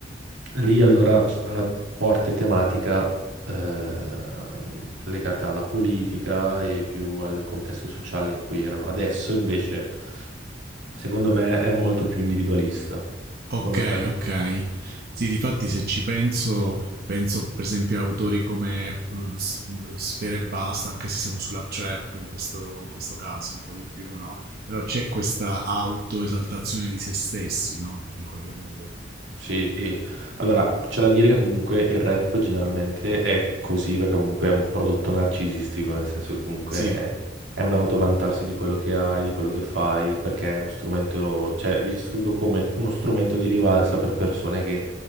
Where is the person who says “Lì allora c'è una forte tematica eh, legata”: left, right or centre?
Right